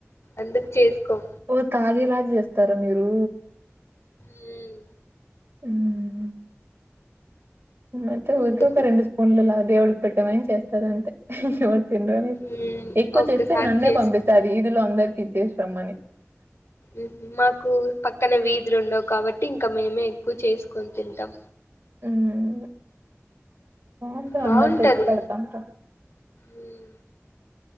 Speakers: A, on the left; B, on the right.
A: అందుకు చేసుకోమ్
B: ఓ తాగేలాగ చేస్తారా మీరు
A: మ్మ్.
B: ఉమ్ మేమైతే ఉర్కే
A: ఎందుకు
B: రెండు స్పూన్లు తాగుతా దేవుళు పెట్టమని చేస్తరంతే తినరు అని
A: మ్మ్
B: ఎక్కువ
A: ఒక్కసారి
B: చేస్తే నన్నే
A: చేసినాం
B: పంపిస్తాది అది వీదిలో అందరికి ఇచ్చేసిరమ్మని
A: ఉహు మాకు పక్కన వీధులు ఉండవు కాబట్టి ఇంకా మేమే ఎక్కువ చేసుకొని తింటాం
B: ఉమ్ బాగుంటది
A: బాగుంటది
B: అందరు తెచ్చి పెడతంటే
A: మ్మ్.